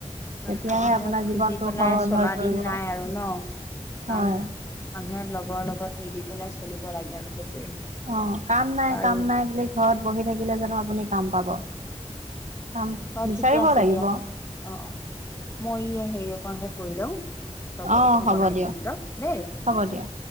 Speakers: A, on the right; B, on the left.
A: তেতিয়াহে
B: ণ আজিৰ দিনত
A: আপোনাৰ
B: খুজি
A: জীৱনটো
B: পেলাই
A: সহজ
B: চলা
A: হৈ পৰিব
B: দিন নাই আৰু ন
A: হয়
B: আন মানুহে লগৰ লগত মিলি পেলাই চলিব লাগে আৰু সেইটোৱে
A: অ কাম নাই
B: বাৰু
A: কাম নাই বুলি ঘৰত বহি থাকিলে জানো আপুনি কাম পাব। কাম
B: অ
A: বিচাৰিব
B: ঠিকে আছে
A: লাগিব।
B: দিয়া অ অ মই হেৰি অ। অকণে কৰি লওঁ চপটো
A: অ',
B: কণো
A: হ'ব
B: বনাই
A: দিয়ক,
B: দিম সিহঁতক দেই।
A: হ'ব দিয়ক।